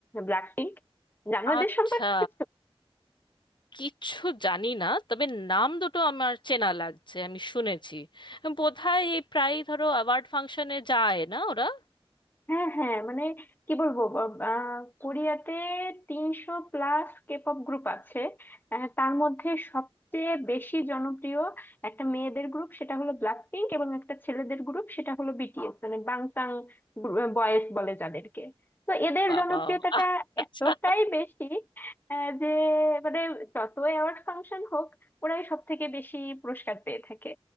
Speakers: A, on the left; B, on the left.
A: ব্ল্যাকপিঙ্ক জানো এদের
B: আচ্ছা
A: সম্পর্কে
B: কিচ্ছু জানি না তবে নাম দুটো আমার চেনা লাগছে আমি শুনেছি বোধহয় এই প্রায় ধরো অ্যাওয়ার্ড ফাংশনে যায় না ওরা
A: হ্যাঁ হ্যাঁ মানে কি বলবো ব- আহ, কোরিয়াতে তিনশো প্লাস কেপপ গ্রুপ আছে আহ, তার মধ্যে সবচেয়ে বেশি জনপ্রিয় একটা মেয়েদের গ্রুপ সেটা হলো ব্ল্যাক পিঙ্ক এবং একটা ছেলেদের গ্রুপ সেটা হলো বিটিএস মানে বাংটাং বয়েজ বলে যাদেরকে তো এদের
B: বাবা
A: জনপ্রিয়তাটা
B: আচ্ছা
A: এতটাই বেশি আহ, যে মানে যত অ্যাওয়ার্ড ফাংশন হোক ওরাই সব থেকে বেশি পুরস্কার পেয়ে থাকে